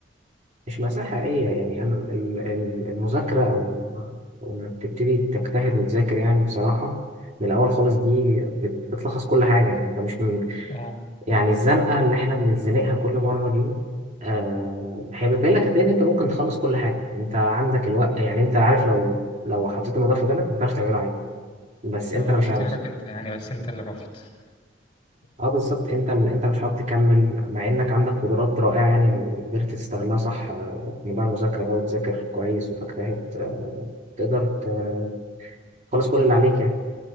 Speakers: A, on the right; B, on the left.
A: مش مأساة حقيقية يعني أنا ال- ال- المذاكرة أو أو إنك تبتدي تجتهد وتذاكر يعني بصراحة من الأول خالص دي بت- بتلخص كل حاجة يعني أنت مش من
B: اه
A: يعني الزنقة اللي إحنا بنتزنقها كل مرة دي آه، هي بتبين لك قد إيه إن أنت ممكن تخلص كل حاجة أنت عندك الوقت يعني أنت عارف لو لو حطيت الموضوع في بالك أنت تعرف تعمله عادي بس أنت
B: هو
A: لو مش
B: اختيارك
A: عاوز
B: انت يعني بس انت اللي رفضت
A: اه بالظبط انت انت مش عارف تكمل مع انك عندك قدرات رائعه يعني لو قدرت تستغلها صح آه، في موضوع المذاكره بقى وتذاكر كويس وتجتهد آه، تقدر ت- تخلص كل اللي عليك يعني